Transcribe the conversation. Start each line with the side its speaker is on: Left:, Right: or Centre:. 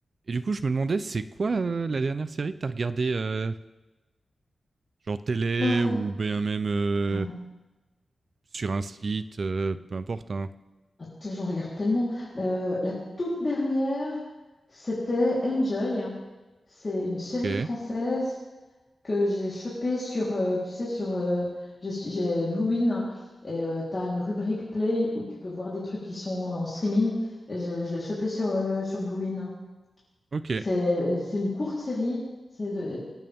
Right: Et du coup, je me demandais, c'est quoi euh, la dernière série que t'as regardée, euh, genre télé
Left: Ah,
Right: ou bien même euh,
Left: attends,
Right: sur un site, euh, peu importe. Hein.
Left: attends, j'en regarde tellement. Euh, la toute dernière, c'était Enjoy. C'est une série
Right: Ok,
Left: française que j'ai chopée sur, euh, tu sais, sur euh, j'ai j'ai Blue In et tu as une rubrique Play où tu peux voir des trucs qui sont en streaming. Et je je l'ai chopée sur, euh, sur Blue In.
Right: ok.
Left: C'est c'est une courte série. C'est de-